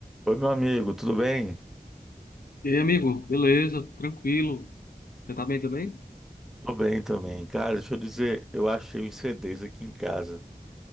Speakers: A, in the centre; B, on the left.
A: Oi, meu amigo, tudo bem?
B: E aí, amigo, beleza, tranquilo. Você tá bem também?
A: Tudo bem também. Cara, deixa eu dizer, eu achei uns CDs aqui em casa